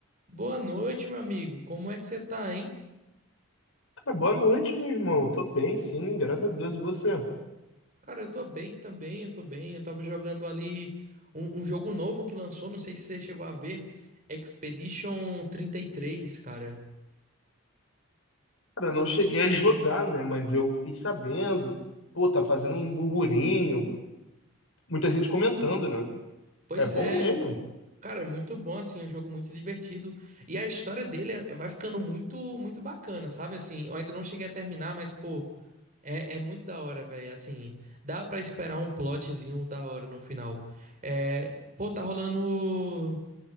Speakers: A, on the right (about 35°); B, on the left (about 70°).
A: Boa noite, meu amigo. Como é que você tá, hein?
B: Ah, boa noite, meu irmão. Tô bem, sim, graças a Deus. E você?
A: Cara, eu tô bem também, eu tô bem. Eu tava jogando ali um, um jogo novo que lançou, não sei se você chegou a ver, Expedition trinta e três, cara.
B: Cara, não cheguei a jogar, né? Mas eu fiquei sabendo. Pô, tá fazendo um burburinho. Muita gente comentando, né?
A: Pois
B: É bom
A: é,
B: ele.
A: cara, é muito bom, assim, é um jogo muito divertido. E a história dele é- vai ficando muito, muito bacana, sabe? Assim, eu ainda não cheguei a terminar, mas, pô, é, é muito da hora, velho. Assim, dá pra esperar um plotzinho da hora no final. É, pô, tá rolando.